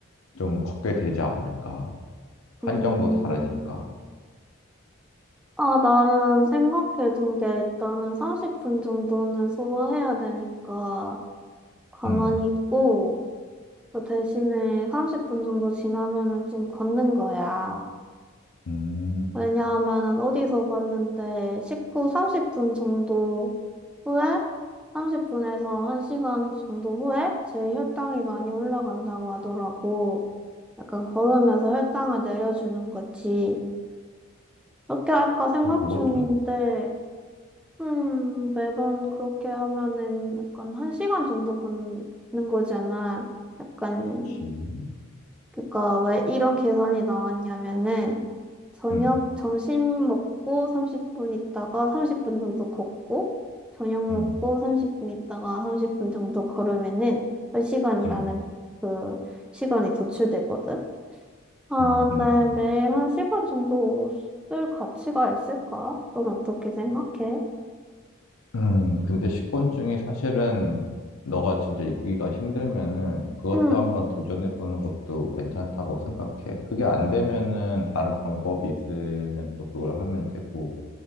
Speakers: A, on the left (about 85°); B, in the centre.
A: 좀 걷게 되지 않을까. 환경도
B: 음.
A: 다르니까.
B: 아, 나는 생각해둔 게 일단은 30분 정도는 소화해야 되니까 가만히
A: 음,
B: 있고, 그 대신에 30분 정도 지나면은 좀 걷는 거야.
A: 음,
B: 왜냐하면은 어디서 봤는데 식후 30분 정도 후에 30분에서 1시간 정도 후에 제 혈당이 많이 올라간다고 하더라고. 약간 걸으면서 혈당을 내려주는 거지. 그렇게 할까 생각
A: 어, 그거
B: 중인데,
A: 좋네.
B: 음, 매번 그렇게 하면은 약간 1시간 정도 걷는 거잖아. 약간
A: 그치?
B: 그러니까 왜 이런 계산이 나왔냐면은 저녁
A: 음,
B: 점심 먹고 30분 있다가 30분 정도 걷고 저녁 먹고
A: 음,
B: 30분 있다가 30분 정도 걸으면은 한 시간이라는
A: 음,
B: 그 시간이 도출되거든. 아,
A: 음,
B: 근데
A: 음, 음.
B: 매일 한시간 정도 쓸 가치가 있을까? 넌 어떻게 생각해?
A: 음, 근데 식곤증이 사실은 너가 진짜 이기기가 힘들면은 그것도
B: 응,
A: 한번 도전해보는 것도 괜찮다고 생각해. 그게 안 되면은 다른 방법이 있으면 또 그걸 하면 되고.